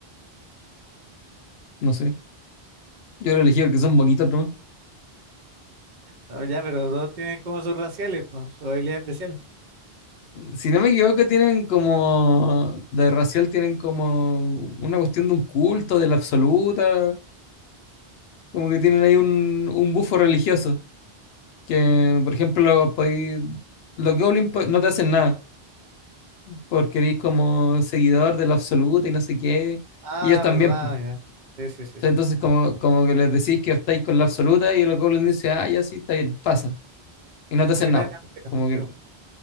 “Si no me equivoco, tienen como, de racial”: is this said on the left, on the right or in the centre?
Left